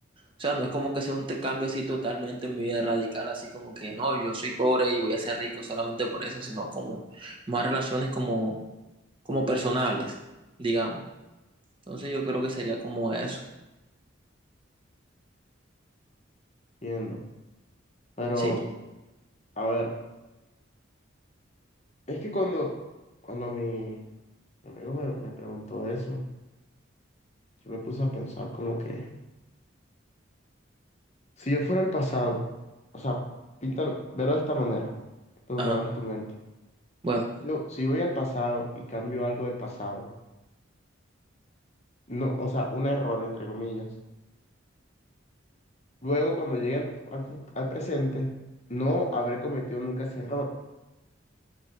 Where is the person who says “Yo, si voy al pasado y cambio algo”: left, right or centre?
Left